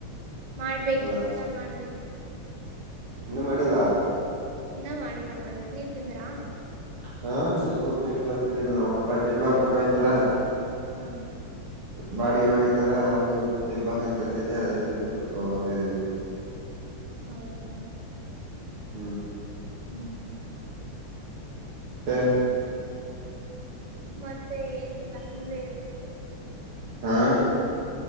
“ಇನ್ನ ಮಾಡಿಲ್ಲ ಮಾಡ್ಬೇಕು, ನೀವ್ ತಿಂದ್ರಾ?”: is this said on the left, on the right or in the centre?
Right